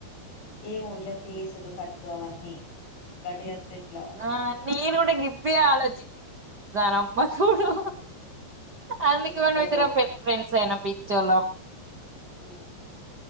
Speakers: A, on the left; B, on the right.
A: ఏమో ఇట్ల ఫీజులు కట్లు అవన్నీ గటి అత్తే ఇట్లా
B: ఆ నేను కూడా ఇవ్వే ఆలోచిస్థాన అమ్మ తోడు అందుకే
A: పిచ్చదిగో
B: మనమిద్దరం ఫ్రె ఫ్రెండ్స్ ఐనం పిచ్చోళ్ళం
A: ఆ